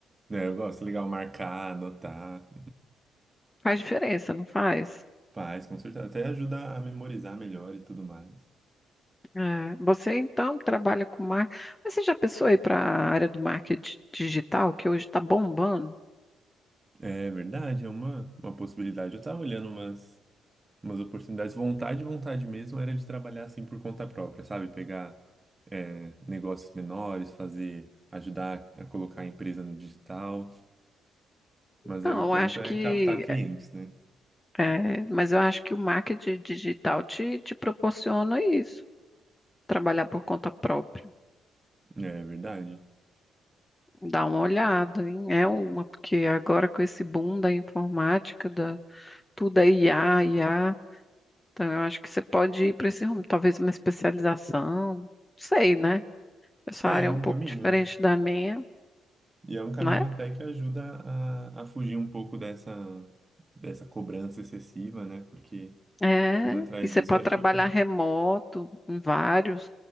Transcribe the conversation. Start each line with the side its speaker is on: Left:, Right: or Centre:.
Right: É, eu gosto, legal marcar, anotar,
Left: Faz diferença, não faz?
Right: faz, com certeza. Até ajuda a memorizar melhor e tudo mais.
Left: É, Você, então, trabalha com marketing. Mas você já pensou aí para a área do marketing digital, que hoje está bombando?
Right: É verdade, é uma, uma possibilidade. Eu tava olhando umas. umas oportunidades. Vontade, vontade mesmo era de trabalhar assim por conta própria, sabe? Pegar é, negócios menores, fazer, ajudar a colocar a empresa no digital. Mas
Left: Não,
Right: aí o
Left: eu
Right: ponto
Left: acho
Right: é
Left: que...
Right: captar clientes, né?
Left: é, mas eu acho que o marketing digital te, te proporciona isso, trabalhar por conta própria.
Right: É verdade.
Left: Dá uma olhada, hein? É uma, porque agora com esse boom da informática, da, tudo é IA, IA, então eu acho que você pode ir para esse rumo, talvez uma especialização, não sei, né? Essa
Right: É,
Left: área
Right: é
Left: é um
Right: um
Left: pouco
Right: caminho.
Left: diferente da minha,
Right: E é um caminho
Left: né?
Right: até que ajuda a, a fugir um pouco dessa, dessa cobrança excessiva, né? Porque
Left: É,
Right: indo atrás
Left: e você
Right: disso,
Left: pode
Right: acho
Left: trabalhar
Right: que fica.
Left: remoto, em vários,